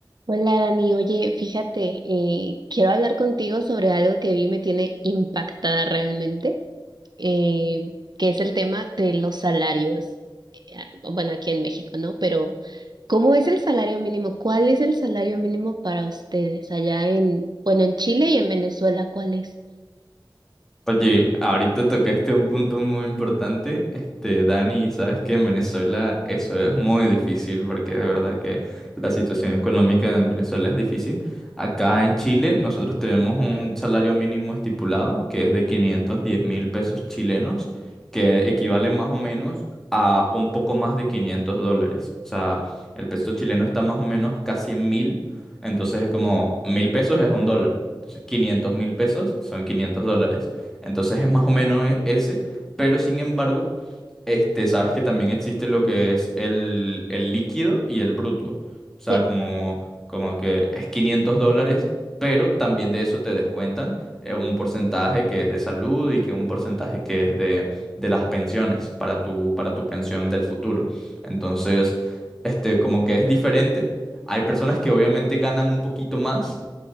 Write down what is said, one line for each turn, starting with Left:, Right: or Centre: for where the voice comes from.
Right: Hola Dani, oye, fíjate, eh, quiero hablar contigo sobre algo que vi me tiene impactada realmente, eh, que es el tema de los salarios. Eh, ah, Bueno, aquí en México, ¿no? Pero, ¿cómo es el salario mínimo? ¿Cuál es el salario mínimo para ustedes allá en, bueno, en Chile y en Venezuela, cuál es?
Centre: Oye, ahorita tocaste un punto muy importante, este, Dani, sabes que en Venezuela eso es muy difícil porque de verdad que la situación económica en Venezuela es difícil. Acá en Chile nosotros tenemos un salario mínimo estipulado que es de quinientos diez mil pesos chilenos, que equivale más o menos a un poco más de 500 dólares. O sea, el peso chileno está más o menos casi en mil, entonces es como mil pesos es un dólar. Entonces, quinientos mil pesos son 500 dólares. Entonces es más o menos e- ese, pero sin embargo, este, sabes que también existe lo que es el, el líquido y el bruto. O sea,
Right: Sí,
Centre: como, como que es 500 dólares, pero también de eso te descuentan eh, un porcentaje que es de salud y que un porcentaje que es de, de las pensiones para tu, para tu pensión del futuro. Entonces, este, como que es diferente. Hay personas que obviamente ganan un poquito más